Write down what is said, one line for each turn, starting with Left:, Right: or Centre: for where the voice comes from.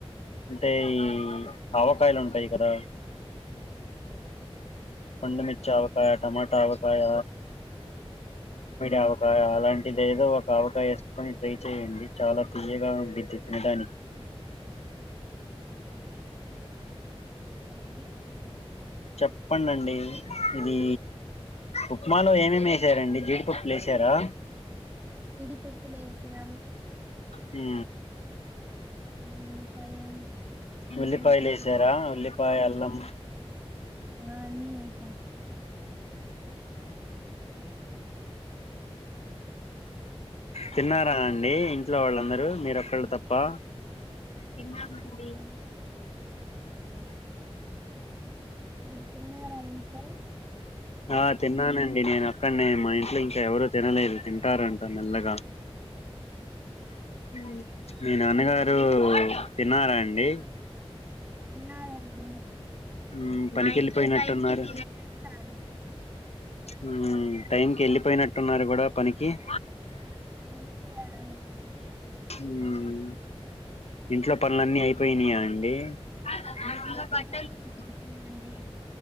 Left: అంటే ఈ ఆవకాయలు ఉంటాయి కదా పండుమిర్చ ఆవకాయ టమాటా ఆవకాయ
Right: ఆ
Left: అ ఒక అలాంటిది ఏదో ఒ కావటా వేసుకొని ట్రై చేయండి చాలా తీయగా ఉండిద్ది తినడానికి
Right: షబు
Left: చెప్పడిండి ఇది ఉప్మాలో ఏమేమి వసారండి జీడి పప్పులు వేశారా
Right: జీడిపప్పులు లేసాం
Left: హు
Right: అ పైరు ఏంటింటై
Left: ఉల్లిపాయలు వేసారా ఉల్లిపాయ అల్లం
Right: ఆన్నిసా
Left: తిన్నారా అండి ఇంట్లో వాళ్ళందరూ మీరొక్కళ్ళు తప్ప తినం
Right: తిన్నామండి
Left: అండి
Right: మీరు తిన్నారా ఇంట్లో
Left: ఆ తిన్నానండి నేను ఒక్కడ్నే మా ఇంట్లో ఇంకా ఎవరు తినలేదు తింటారం నల్లగా మ్ మీ నాన్నగారు తిన్నారా అండి
Right: తినరు అండి
Left: ఉమ్ పనికి వెళ్ళిపోయినట్టున్నారు
Right: తినేస్తారు
Left: ఉమ్ టైం కి వెళ్ళిపోయినట్టున్నారు కూడా పనికి <inaudible>
Right: ఆ వెళ్ళిపోయారండి
Left: ఉమ్ ఇంట్లో పనులన్నీ అయిపోయినీయా అండి <unintelligible>
Right: మా అమ్మ బట్టలు ఉతుకుతుందండి